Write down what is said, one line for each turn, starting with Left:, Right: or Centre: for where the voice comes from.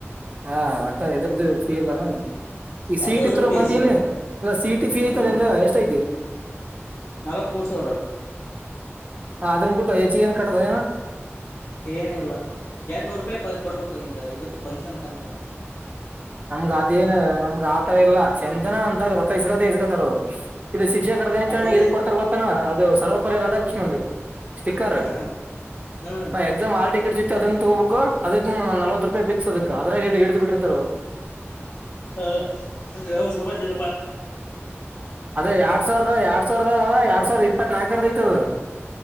Right: ಹಾ ಒಟ್ಟ ಎದ್ರ್ದು ಫೀ ಇಲ್ಲಾನ ಈ ಈ
Left: ಯಾವ್ದರ್ದು
Right: ಸೀಟಿತ್ರರ
Left: ಪೇಜ್
Right: ಬಂದ
Left: ಇಲ್ಲ
Right: ಇಲ್ಲಿ ಎಲ್ಲ ಸೀಟ ಫೀ ಐತಲ್ಲ
Left: ಹ್ಮ್
Right: ನಿಂಗ ಎಷ್ಟ ಐತಿ
Left: ನಲ್ವತ್ ಮೂರ್ ಸಾವಿರ
Right: ಹದರಂಬುಟ್ಟೋ ಚನ್ ಕಟ್ಟದ
Left: ಏನಿಲ್ಲ ಎರಟ್ನೂರು ರೂಪಾಯಿ ಕೊಡ್ಬೇಕು ಹಿಂಗ ಇದಕ್ ಫಂಕ್ಷನ್ಕ್ಂತ
Right: ನಮ್ಗ ಅದೇನ್ ನಮ್ಗ ಆತರ ಇಲ್ಲ ಚಂದನ ಅಂತದ್ ರಥ ಇಸ್ಗತ್ತ ಇಸ್ಗತ್ತಾರ ಇದು ಶಿಕ್ಷಕರ ದಿನಾಚರಣೆಗೆ
Left: ಹಬ್ಬದ
Right: ಇದು ಕೊಡ್ತಾರ ಗತ್ತತನಾ ಅದು ಸರ್ವಪಾಲಯ ರಾಕೃಷ್ಣನ್ಂದು ಸ್ಟಿಕರ್
Left: ಹ್ಮ್ ಹ್ಮ್
Right: ಎದಮ ಹಲ್ಟಿಕಟ್ ಅದನ್ನ ತಗೋಬೇಕು ಅದಕ್ ನಲ್ವ ರೂಪಾಯಿ ಿಕ್ಸ್ ಅದಕ್ಕೆ ಗಾ್ರ ಗೇಡೆ ಹಡ್ದು ಬಿಟ್ಟರ್ತಾರ ಅವರು
Left: ಹ ಯವು ಸಮಾಜಿಲ್ಲಪ್ಪಾ
Right: ಅದೇ ಎರಡ್ ಸಾವಿರದ ಎರಡ್ ಸಾವಿರದ ಎರಡ್ ಸಾವಿರದ ಇಪ್ಪತ್ ನಾಲ್ಕರದ ಐತದ